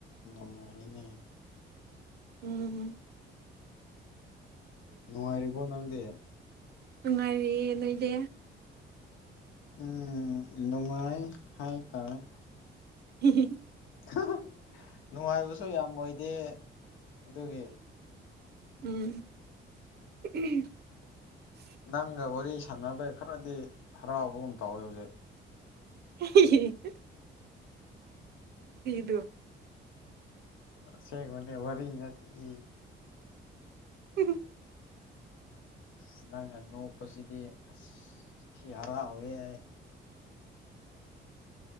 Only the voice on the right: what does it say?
ꯎꯝ
ꯅꯨꯡꯉꯥꯏꯔꯤꯌꯦ ꯅꯣꯢꯗꯤ
ꯍꯤꯍꯤꯍꯤ
ꯎꯝ <unintelligible>
ꯏꯍꯤꯍꯤ <unintelligible>
<unintelligible>